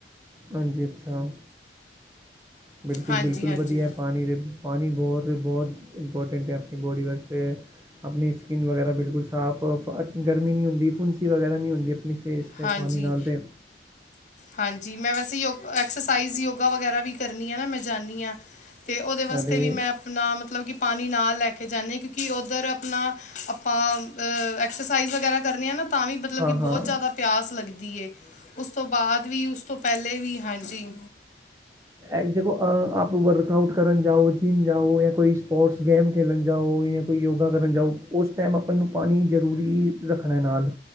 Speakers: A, on the right; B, on the left.
A: ਹਾਂਜੀ ਅੱਛਾ, ਬਿਲਕੁਲ-ਬਿਲਕੁਲ
B: ਹਾਂਜੀ ਹਾਂਜੀ
A: ਵਧੀਆ ਏ ਪਾਣੀ ਦੇ ਪਾਣੀ ਬਹੁਤ-ਬਹੁਤ ਇੰਪੋਰਟੈਂਟ ਹੈ ਆਪਣੀ ਬੋਡੀ ਵਾਸਤੇ। ਆਪਣੀ ਸਕਿਨ ਵਗੈਰਾ ਬਿਲਕੁਲ ਸਾਫ਼ ਅ-ਪ-ਗਰਮੀ ਨਹੀਂ ਹੁੰਦੀ, ਫੁੁੰਸੀ ਵਗੈਰਾ ਨਹੀਂ ਹੁੰਦੀ ਆਪਣੀ ਫੇਸ 'ਤੇ
B: ਹਾਂਜੀ।
A: ਪਾਣੀ ਨਾਲ ਅਤੇ
B: ਹਾਂਜੀ ਮੈਂ ਵੈਸੇ ਯੋਗ-ਐਕਸਸਾਈਜ਼ ਯੋਗਾ ਵਗੈਰਾ ਵੀ ਕਰਨੀ ਆ ਨਾ, ਮੈਂ ਜਾਂਦੀ ਹਾਂ। ਤੇ ਉਹਦੇ ਵਾਸਤੇ
A: ਅਤੇ
B: ਵੀ ਮੈਂ ਨਾ ਮਤਲਬ ਕਿ ਪਾਣੀ ਨਾਲ ਲੈ ਕੇ ਜਾਂਨੇ, ਕਿਉਂਕਿ ਉੱਧਰ ਆਪਣਾ ਆਪਾਂ ਅ ਐਕਸਰਸਾਈਜ਼ ਵਗੈਰਾ ਕਰਨੇਆਂ ਨਾ ਤਾਂ ਵੀ ਮਤਲਬ
A: ਹਾਂ
B: ਕਿ
A: ਹਾਂ
B: ਬਹੁਤ ਜਿਆਦਾ ਪਿਆਸ ਲੱਗਦੀ ਏ। ਉਸ ਤੋਂ ਬਾਅਦ ਵੀ ਉਸ ਤੋਂ ਪਹਿਲੇ ਵੀ ਹਾਂਜੀ।
A: ਇੰਜ ਦੇਖੋ ਆਪ ਵਰਕਆਊਟ ਕਰਨ ਜਾਓ, ਜਿੰਮ ਜਾਓ, ਜਾਂ ਕੋਈ ਸਪੋਰਟਸ ਗੇਮ ਖੇਲਣ ਜਾਓ ਜਾਂ ਕੋਈ ਯੋਗਾ ਕਰਨ ਜਾਓ, ਉਸ ਟਾਈਮ ਆਪਾਂ ਨੂੰ ਪਾਣੀ ਜ਼ਰੂਰੀ ਰੱਖਣਾ ਹੇ ਨਾਲ।